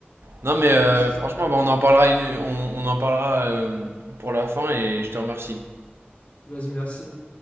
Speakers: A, on the right; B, on the left.
A: Non, mais euh,
B: Ouais, c'est ça.
A: franchement, bah, on en parlera une, on, on en parlera euh, pour la fin et je te remercie.
B: Vas-y, merci.